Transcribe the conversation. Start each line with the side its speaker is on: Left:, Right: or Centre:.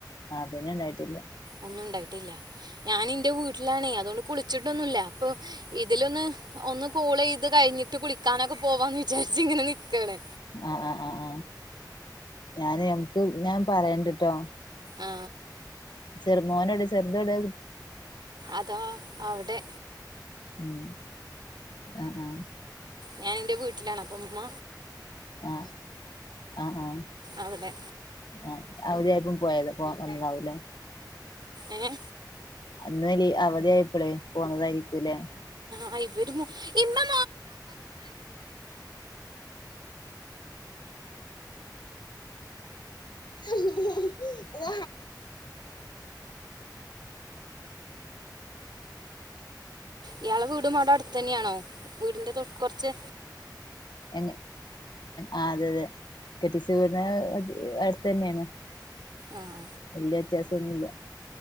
Left: ആഹ പിന്നെ ഉണ്ടായിട്ടില്ലേ
Right: ഒന്നും ഉണ്ടായിട്ടില്ല ഞാൻ എന്റെ വീട്ടിലാണേ അതുകൊണ്ട് കുളിച്ചിട്ടൊന്നുമല്ല അപ്പൊ ഇതിലൊന്ന് ഒന്ന് കൂള ഇത് കഴിഞ്ഞിട്ട് കുളിക്കാനൊക്കെ പോവാമെന്ന് വിചാരിച്ച് ഇങ്ങനെ നിൽക്കുകയാണ്
Left: ആഹ ആഹ ആഹ് ആഹ ഞാന ഞാൻ പറയണ്ടിട്ടോ
Right: ആ
Left: ചെറുുമോനോട് ചെറുതോടെ
Right: അതാ അവവിടെ
Left: ഉം ആഹ ആഹ
Right: ഞാൻ എന്റെ വീട്ടിലാാണ് അപ്പ അമ്മ
Left: ആഹ ആഹ ആഹ
Right: അവിടെ
Left: ആഹ അവര്യിപ്പും പോയത് പോ വന്നതാവൂലേ
Right: ഏ
Left: അന്നല് അവധിയായിപ്പോളെ പോന്നതായിരിക്കൂല്ലെ
Right: ആ ഇവര് ഇ മാ
Left: ആ ഓ
Right: ഇയാളെ വീടും മാട അടുത്ത് തന്നെയാണോ വീടിന്റെ തൊ കൊറച്ച്
Left: എ ആ അതെ അതെ കെട്ടിച്ചര അടുത്ത തന്നെയാണ്
Right: ആഹ
Left: എല്ലാ വ്യത്യാസംൊന്നുമില്ല